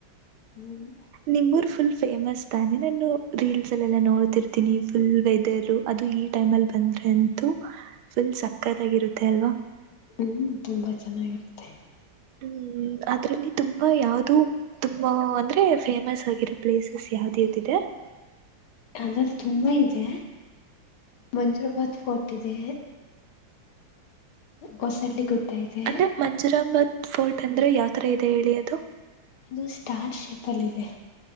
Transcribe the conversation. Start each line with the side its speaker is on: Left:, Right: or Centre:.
Left: ಹ್ಮ್
Right: ನಿಮ್ ಊರ್ ಫುಲ್ ಫೇಮಸ್ ತಾನೆ ನಾನು ರೀಲ್ಸ್ ಅಲ್ಲೆಲ್ಲಾ ನೋಡ್ತಿರ್ತೀನಿ. ಫುಲ್ ವೆದರ್ ಅದು ಈ ಟೈಮ್ ಅಲ್ಲಿ ಬಂದ್ರೆ ಅಂತೂ ಫುಲ್ ಸಕ್ಕತಾಗಿರುತ್ತೆ ಅಲ್ವಾ.
Left: ಹ್ಮ್ ತುಂಬಾ ಚೆನ್ನಾಗಿರುತ್ತೆ
Right: ಹ್ಮ ಅದ್ರಲ್ಲಿ ತುಂಬಾ ಯಾವ್ದ ಅದು ತುಂಬಾ ಅಂದ್ರೆ ಫೇಮಸ್ ಆಗಿರೋ ಪ್ಲೇಸಸ್ ಯಾವದ್ಯಾವದ ಇದೆ
Left: ಅದರಲ್ಲ ತುಂಬಾ ಇದೆ ಮಂಜುರಾಬಾದ್ ಫೋರ್ಟ್ ಇದೆ ಹೊಸಳ್ಳಿ ಗುಡ್ಡ ಇದೆ
Right: ಅಂದ್ರೆ ಮಂಜುರಾಬಾದ ಫೋರ್ಟ್ ಅಂದ್ರೆ ಯಾವ್ ತರ ಇದೆ ಹೇಳಿ ಅದು
Left: ಅದು ಸ್ಟಾರ್ ಶೇಪ್ ಅಲ್ಲಿ ಇದೆ